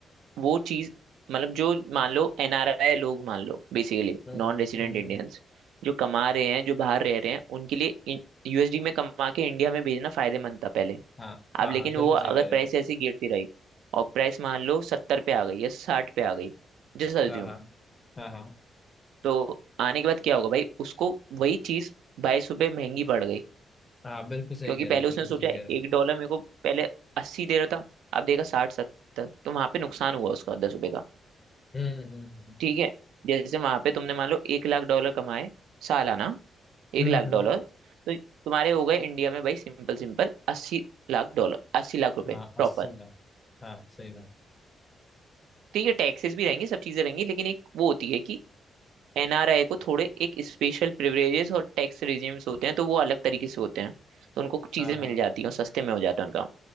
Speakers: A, on the right; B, on the left.
A: वो चीज मतलब जो मान लो एनआरआई लोग मान लो बेसिकली
B: हम्म
A: नॉन
B: हम्म
A: रेजिडेंट
B: हम्म
A: इंडियंस
B: हम्म।
A: जो कमा रहे हैं जो बाहर रह रहे हैं उनके लिए यूएसडी में कमा के इंडिया में भेजना फायदेमंद था पहले
B: हाँ
A: अब
B: हाँ
A: लेकिन
B: हाँ बिल्कुल
A: वो अगर
B: सही कह रहे
A: प्राइस
B: हो
A: ऐसी गिरती रही और प्राइस मान लो सत्तर पे आ गई या साठ पे आ गई जस्ट अज्यूम
B: हाँ हाँ हाँ हाँ
A: तो आने के बाद क्या होगा भाई उसको वही चीज बाईस रुपये महंगी पड़ गई
B: हाँ बिल्कुल सही
A: क्योंकि
B: कह
A: पहले
B: रहे हो बिल्कुल
A: उसने सोचा
B: सही कह रहे हो
A: एक डॉलर मेरे को पहले अस्सी दे रहा था अब देगा साठ सत्तर तो वहां पे नुकसान हुआ उसका दस रुपये का
B: हम्म हम्म
A: ठीक है जैसे वहां पे तुमने मान लो एक लाख डॉलर कमाए सालाना
B: हम्म
A: एक लाख
B: हम्म, हम्म।
A: डॉलर तो तुम्हारे हो गए इंडिया में भाई सिंपल सिंपल अस्सी लाख डॉलर अस्सी लाख रुपए
B: हाँ
A: प्रॉपर
B: अस्सी लाख हाँ सही बात
A: ठीक है टैक्सेस भी रहेंगे सब चीजें रहेंगी लेकिन एक वो होती है कि एनआरआई को थोड़े एक स्पेशल प्रिविलेजेस और टैक्स रिजीम्स होते हैं तो वो अलग तरीके से होते हैं तो उनको कुछ चीजें
B: हाँ हाँ
A: मिल जाती हैं और सस्ते में हो जाता है उनका काम